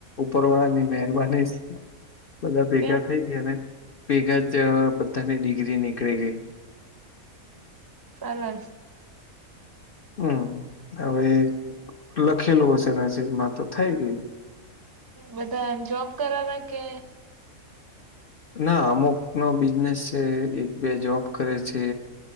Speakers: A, on the left (about 45°); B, on the right (about 20°).
A: ઉપરવાળા ની મહેરબાની બધા ભેગા
B: કેમ
A: થઈ ગયા ને ભેગા જ બધાની ડિગ્રી નીકળી ગઈ.
B: <unintelligible>
A: હમ હવે લખેલું હશેના હ સબમાં તો થઈ ગયું.
B: બધા એ જોબ કરાવા કે
A: ના અમુક નો બિઝનેસ છે. એક બે જોબ કરે છે.